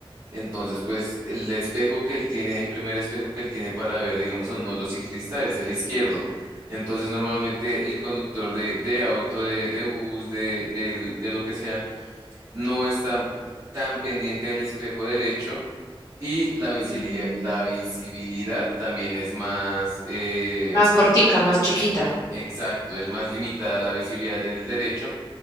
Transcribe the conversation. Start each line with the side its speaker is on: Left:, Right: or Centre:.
Right: entonces pues el espejo que él tiene, el primer espejo que él tiene para ver, digamos, a un motociclista es el izquierdo. Entonces normalmente el conductor de, de auto, de, de bus, de, del- de lo que sea, no está tan pendiente del espejo derecho y la visibilidad,
Left: Mm.
Right: la visibilidad también es más... eh,
Left: Más cortica, más chiquita.
Right: Exacto, es más limitada la visibilidad en el derecho,